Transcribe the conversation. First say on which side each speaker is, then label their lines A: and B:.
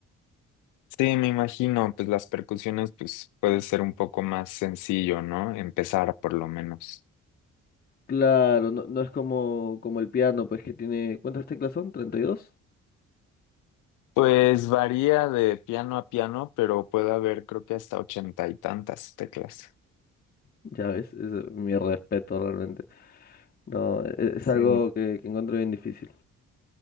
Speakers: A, on the left; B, on the left.
A: Sí, me imagino, pues las percusiones, pues puede ser un poco más sencillo, ¿no? Empezar por lo menos.
B: Claro, no, no es como, como el piano, pues que tiene... ¿Cuántas teclas son? 32.
A: Pues varía de piano a piano, pero puede haber creo que hasta ochenta y tantas teclas.
B: Ya ves, es mi respeto realmente. No, e- es,
A: Sí,
B: algo que, que encuentro bien difícil.